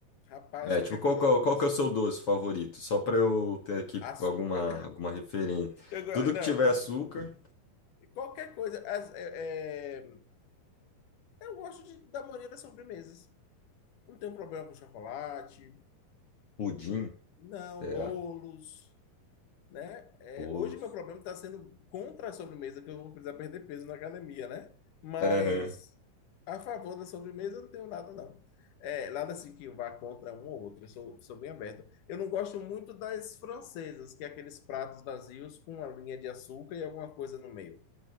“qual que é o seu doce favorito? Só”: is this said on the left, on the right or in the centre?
Left